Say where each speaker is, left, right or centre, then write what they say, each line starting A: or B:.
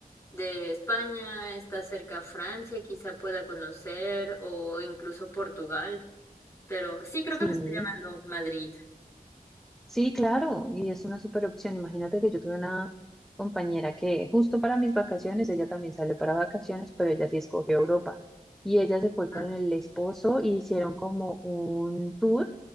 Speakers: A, on the left; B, in the centre.
A: de España, está cerca Francia, quizá pueda conocer, o incluso Portugal, pero sí creo
B: Sí.
A: que me está llamando Madrid.
B: Sí, claro, y es una super opción. Imagínate que yo tuve una compañera que justo para mis vacaciones, ella también salió para vacaciones, pero ella sí escogió Europa. Y ella se fue con
A: ¿Mm?
B: el esposo y hicieron como un tour